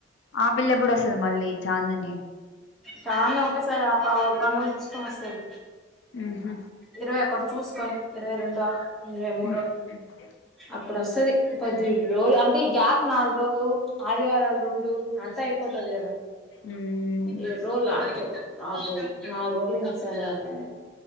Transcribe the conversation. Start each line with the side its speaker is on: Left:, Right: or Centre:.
Left: ఆ పిల్ళ బుడ మళ్ళీ చాందిని
Centre: కానీ ఒకేసారి ఆ పా వాళ్ళ పండుగ చూసు స్తది
Left: ఉహు
Centre: ఇరవై ఒక చూసుకోని ఇరవై రెండు ఇరవై మూడో
Left: ఉమ్
Centre: అప్పుడు వస్తది పది రెండు రోజులు అంటే ఈ గ్యాప్ నాలుగు రోజులు ఆదివారాలు రెండు అంతా అయిపోతది కదా
Left: ఉమ్
Centre: ఏడు రోజులు అడికే ఆరు రోజులు నాలుగు రోజులు ఇంకా <unintelligible>